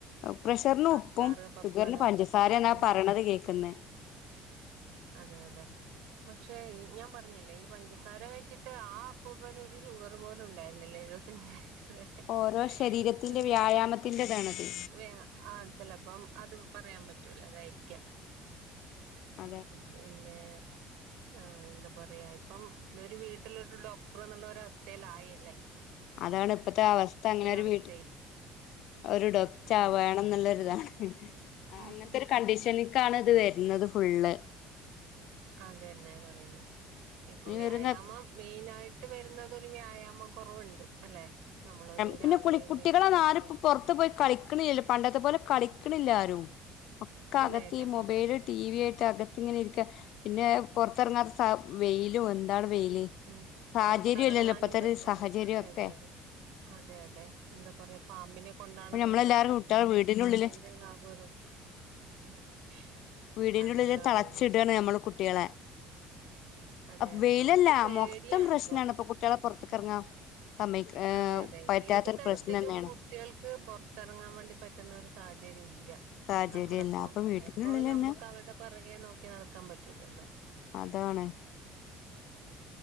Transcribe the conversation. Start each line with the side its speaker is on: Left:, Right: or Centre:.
Left: പ്രഷറിന്
Right: അച്ചാറ്
Left: ഉപ്പും
Right: പപ്പടം
Left: ഷുഗറിന് പഞ്ചസാരന്നാ
Right: ഉം
Left: പറയണത് കേക്കുന്നേ
Right: അതെ അതെ പക്ഷെ ഞാൻ പറഞ്ഞില്ലേ ഈ പഞ്ചസാര കഴിച്ചിട്ട് ആഹ് അപ്പൂപ്പന് ഒരു ഷുഗറ് ഗർ പോലും ഉണ്ടായിരുന്നില്ല എഴുപത്തഞ്ച് വയസ്സ് വരെ.
Left: ഓരോ ശരീരത്തിന്റെ
Right: ആഹ്
Left: വ്യായാമത്തിന്റെതാണത്
Right: വേ അ ചെലപ്പം അത് പറയാൻ പറ്റൂല അതായിരിക്കാം.
Left: അതെ
Right: പിന്നെ ആഹ് എന്താ പറയാ ഇപ്പം ഇതൊരു വീട്ടിലൊരു ഡോക്ടർന്നുള്ള ഒരവസ്ഥയിലായില്ലേ
Left: അതാണ് ഇപ്പത്തെ അവസ്ഥ അങ്ങനെ ഒരു
Right: അവസ്ഥയില്ല
Left: വീട്ടിൽ ഒരു ഡൊക്റ്റ ആഹ്
Right: അതെ
Left: വേണം എന്നുള്ളൊരിതാണ്. ആഹ്
Right: ഉം
Left: അങ്ങനത്തൊരു കണ്ടീഷനിക്കാണ് ഇത് വരുന്നത് ഫുള്ള്.
Right: അതെന്നെ പറയുന്നേ ഇപ്പൊ
Left: ഇനി
Right: വ്യായാമം
Left: വരുന്ന
Right: മെയിനായിട്ട് വരുന്നത് ഒരു വ്യായാമ കൊറവുണ്ട് അല്ലെ നമ്മളൊരു
Left: പിന്നെ
Right: രാവിലെ
Left: കുളി
Right: എഴുന്നേറ്റ്
Left: കുട്ടികളന്നാരും
Right: നടക്ക
Left: പ്പോ പൊറത്ത് പോയി കളിക്കണില്ലല്ല പണ്ടത്തെ പോലെ കളിക്കണില്ലാരും. ഒക്കെ
Right: ഇല്ല
Left: അകത്ത്
Right: ഇല്ല
Left: ഈ മൊബൈല്
Right: അതെ അതെ
Left: ടി വി ആയിട്ട് അക ത്തിങ്ങനെ ഇരിക്ക പിന്നെ പൊറത്തെറങ്ങാത്ത സ വെയിലും എന്താണ് വെയില്
Right: ഉം
Left: സാഹചര്യം
Right: പൊറത്തെറങ്ങാനും
Left: ഇല്ലല്ലോ ഇപ്പത്തെ
Right: പറ്റുന്നില്ല
Left: ഒരു സാഹചര്യം
Right: അതെ
Left: ഒക്കെ
Right: അതെ അതെ അതെ അതെ എന്താ പറയാ പാമ്പിനെ കൊണ്ടാണെങ്കി
Left: ഇപ്പൊ നമ്മളെല്ലാരും
Right: ഒരു വശം
Left: കുട്ടികളെ വീടിനുള്ളില്
Right: സൂര്യന്റെ താഭം ഒര് <inaudible>
Left: വീടിന്റെള്ളില്
Right: പറയുന്നെ
Left: തളച്ചിടാണ്
Right: സൂ
Left: നമ്മള് കുട്ടികളെ
Right: അതെ അതെ
Left: വെയിലല്ല
Right: നമുക്ക്
Left: ആഹ്
Right: പേടിയാണ്
Left: മൊത്തം പ്രശ്നാണ്
Right: പൊറ
Left: ഇപ്പൊ കുട്ടികളെ പൊറത്തക്കറങ്ങ സമ്മയി ഏഹ്
Right: അതെ അതെ
Left: പറ്റാത്തൊരു
Right: ഏത് തരത്തിലും
Left: പ്രശ്നന്നെണ്.
Right: കുട്ടികൾക്ക് പൊറത്തറങ്ങാൻ വേണ്ടി പറ്റുന്ന ഒരു സാഹചര്യം ഇല്ല.
Left: സാഹചര്യല്ല
Right: നമ്മളിപ്പം
Left: അപ്പൊ വീട്ടിനുള്ളിൽ
Right: എപ്പോഴും നമുക്ക്
Left: തന്നെ
Right: അവരുടെ പറകെ നോക്കി നടക്കാൻ പറ്റൂലല്ലോ.
Left: അതാണ്